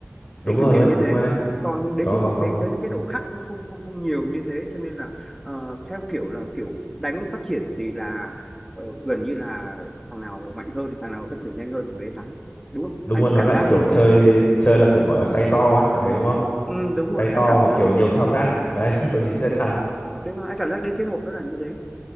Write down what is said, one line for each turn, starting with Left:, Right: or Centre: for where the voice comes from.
Centre: đấy
Left: đúng rồi
Centre: kiểu kiểu
Left: đúng đấy
Centre: như
Left: đúng
Centre: thế
Left: rồi đấy
Centre: còn đế
Left: có
Centre: chế
Left: có
Centre: một
Left: có
Centre: thì anh thấy cái độ khắc nó không không không nhiều như thế cho nên là ờ, theo kiểu là kiểu đánh phát triển thì là ờ, gần như là thằng nào mạnh hơn thằng nào phát triển nhanh hơn thằng đấy thắng đúng không
Left: đúng
Centre: anh
Left: rồi
Centre: có
Left: nó
Centre: cảm
Left: lại
Centre: giác
Left: kiểu
Centre: như
Left: chơi
Centre: thế
Left: chơi là kiểu gọi là tay to ấy kiểu thế đúng không
Centre: ừ, đúng rồi
Left: tay to
Centre: anh cảm
Left: và
Centre: giác
Left: kiểu nhiều thao tác đấy <laughs> kiểu thì sẽ thắng
Centre: đúng rồi anh cảm giác đế chế một đó là như thế